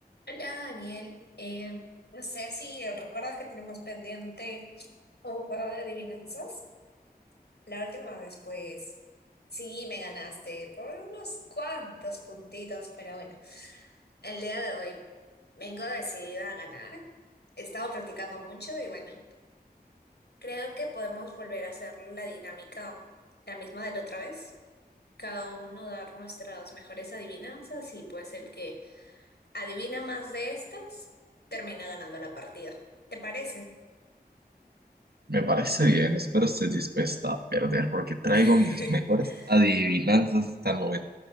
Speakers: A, on the left (about 80°); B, on the right (about 70°).
A: Hola Daniel, Eh, no sé si recuerdas que tenemos pendiente un juego de adivinanzas. La última vez, pues sí, me ganaste por unos cuantos puntitos, pero bueno, el día de hoy vengo decidida a ganar. He estado practicando mucho y bueno, creo que podemos volver a hacer la dinámica, la misma de la otra vez. Cada uno dar nuestras mejores adivinanzas y pues el que adivina más de estas, termina ganando la partida. ¿Te parece?
B: Me parece bien, espero estés dispuesta a perder porque traigo
A: <laughs>
B: mis mejores adivinanzas hasta el momento.